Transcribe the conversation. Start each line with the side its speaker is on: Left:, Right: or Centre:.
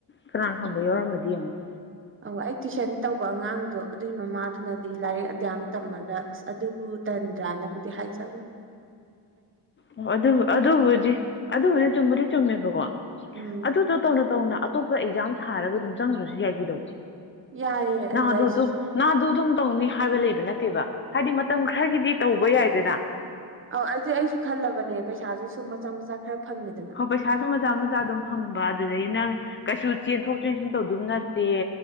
Left: ꯀꯅꯥ ꯈꯪꯕ ꯌꯥꯎꯔꯃꯗꯤ ꯌꯦꯡꯉꯣ
Right: <inaudible> ꯑꯣ ꯑꯩ ꯇꯨꯏꯁꯟ ꯇꯧꯕ ꯑꯉꯥꯡꯗꯣ ꯑꯗꯨꯒꯤ ꯃꯃꯥꯗꯨꯅꯗꯤ ꯂꯥꯏꯔꯤꯛ ꯑꯇꯝ ꯇꯝꯃꯒ ꯑꯁ ꯑꯗꯨꯕꯨ ꯇꯟ ꯔꯅꯕꯨꯗꯤ ꯍꯥꯏꯖꯒ
Left: ꯑꯣ ꯑꯗꯨ ꯑꯗꯨꯕꯨꯗꯤ ꯑꯗꯨꯕꯨꯗꯤ ꯆꯨꯝꯕꯨꯗꯤ ꯆꯨꯝꯃꯦꯕꯀꯣ
Right: ꯎꯝ
Left: ꯑꯗꯨꯗꯣ ꯇꯧꯅ ꯇꯧꯅ ꯑꯇꯣꯞꯄ ꯑꯦꯛꯖꯥꯝ ꯊꯥꯔꯒ ꯑꯗꯨꯝ ꯆꯪꯈ꯭ꯔꯁꯨ ꯌꯥꯏ ꯀꯩꯗꯧꯕ
Right: ꯌꯥꯏꯌꯦ
Left: ꯅꯅꯥ
Right: ꯑꯗꯨꯗ
Left: ꯑꯗꯨꯗꯝ
Right: ꯑꯩꯁꯨ ꯁꯨꯝ
Left: ꯅꯅꯥꯗꯨꯗꯝ ꯇꯧꯅꯤ ꯍꯥꯏꯕ ꯂꯩꯕ ꯅꯠꯇꯦꯕ ꯍꯥꯏꯗꯤ ꯃꯇꯝ ꯈꯔꯒꯤꯗꯤ ꯇꯧꯕ ꯌꯥꯏꯗꯅ
Right: ꯑꯧ ꯑꯗꯨꯗꯤ ꯑꯩꯁꯨ ꯈꯜꯂꯕꯅꯦ ꯄꯩꯁꯥꯁꯨ ꯁꯨꯝ ꯃꯆꯥ ꯃꯆꯥ ꯈꯔ ꯐꯪꯉꯤꯗꯅ
Left: ꯍꯣꯏ ꯄꯩꯁꯥꯁꯨ ꯃꯆꯥ ꯃꯆꯥ ꯑꯗꯨꯝ ꯐꯪꯕ ꯑꯗꯨꯗꯒꯤ ꯅꯪ ꯀꯩꯁꯨ ꯆꯦꯟꯊꯣꯛ ꯆꯦꯟꯁꯤꯟ ꯇꯧꯗꯕ ꯅꯠꯇꯦ